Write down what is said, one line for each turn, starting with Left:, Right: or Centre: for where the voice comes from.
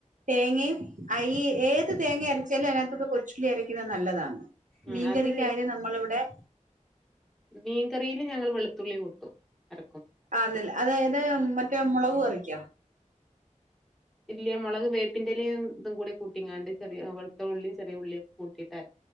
Right: തേങ്ങയും ആയി ഏത് തേങ്ങ അരച്ചാലും അതിനകത്തോട്ട് കൊച്ചുള്ളി അരക്കുന്നത് നല്ലതാണ്
Centre: ഉം
Right: മീൻകറിക്കായാലും
Centre: അത്
Right: നമ്മളിവിടെ
Centre: മീൻ കറിയില് ഞങ്ങൾ വെളുത്തുള്ളി കൂട്ടും അര
Right: ആന്നല്ലേ അതായ അത് മറ്റേ മുളക് കറിക്കാ
Centre: ഇല്ല മുളക് വേപ്പിന്റെല ഇതും കൂടെ കൂട്ടിങ്ങാണ്ട് ശരി വെളത്തഉള്ളിയും ചെറിയ ഉള്ളിയ കൂട്ടിട്ട് അര